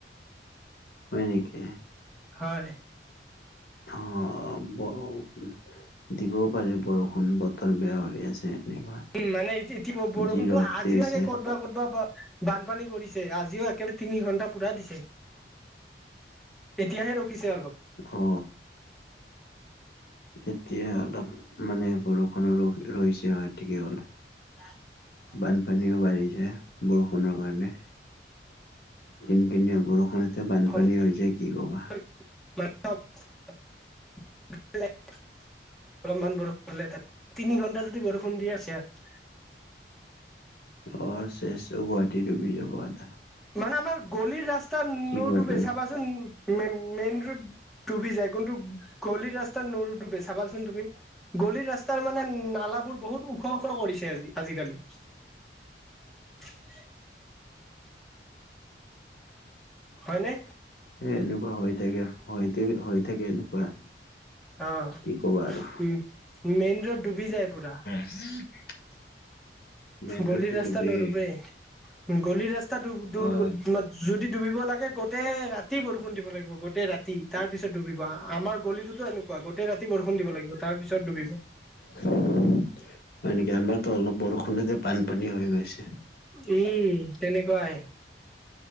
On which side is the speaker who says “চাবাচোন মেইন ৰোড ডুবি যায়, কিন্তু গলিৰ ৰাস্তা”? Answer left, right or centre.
Centre